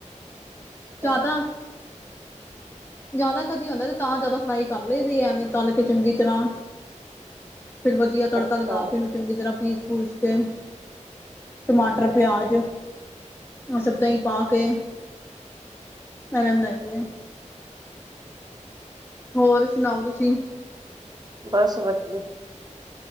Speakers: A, on the right; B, on the left.
A: ਅੱਛਾ
B: ਜਾਂ ਤਾਂ ਜ਼ਿਆਦਾ ਕਦੀ ਹੁੰਦੇ ਤੇ ਤਾਂ ਜ਼ਿਆਦਾ ਫਰਾਈ ਕਰ ਲਈ ਦੀ ਆ, ਐਵੇਂ ਤਲ ਕੇ ਚੰਗੀ ਤਰ੍ਹਾਂ ਫਿਰ ਵਧੀਆ ਤੜਕਾ
A: ਅੱਛਾ
B: ਲਗਾ ਕੇ ਇਹਨੂੰ ਚੰਗੀ ਤਰ੍ਹਾਂ ਪੀਸ-ਪੂਸ ਕੇ ਟਮਾਟਰ, ਪਿਆਜ਼, ਉਹ ਸਭ ਦਹੀ ਪਾ ਕੇ ਐਵੇਂ ਬਣਾਈ ਦੀ ਐ। ਹੋਰ, ਸੁਣਾਓ ਤੁਸੀ?
A: ਬਸ ਵਧੀਆ।